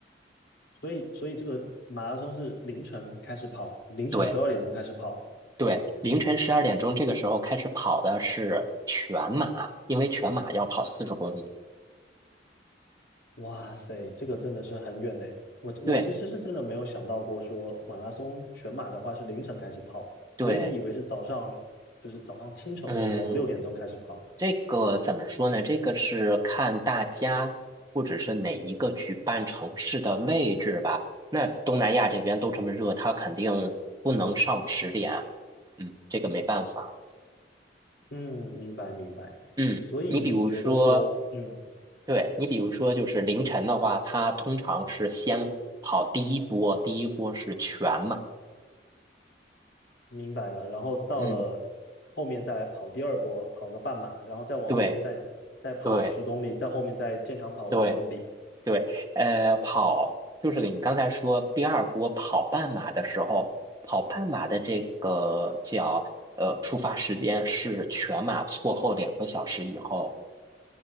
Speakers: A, on the left; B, on the right.
A: 所以所以这个马拉松是凌晨开始跑，凌晨十二点钟开始跑。
B: 对对，凌晨十二点钟这个时候开始跑的是全马，因为全马要跑四十公里。
A: 哇塞，这个真的是很远呢。我我其实是真的没有想到过说马拉松全马的话是凌晨开始跑，
B: 对对，
A: 我一直以为是早上，就是早上清晨的时候六点钟开始跑。
B: 嗯，这个怎么说呢？这个是看大家或者是哪一个举办城市的位置吧。那东南亚这边都这么热，它肯定不能上午十点，嗯，这个没办法。
A: 嗯，明白明白。
B: 嗯，
A: 所以你觉得说，
B: 你比如说，
A: 嗯，
B: 对，你比如说就是凌晨的话，它通常是先跑第一波，第一波是全马。
A: 明白了，然后到了后面再来跑第二波，
B: 嗯，
A: 跑个半马，然后再往后面再再跑十公里，
B: 对对
A: 再后面再健康跑五公里。
B: 对对，呃，跑就是你刚才说第二波跑半马的时候，跑半马的这个叫呃出发时间是全马错后两个小时以后。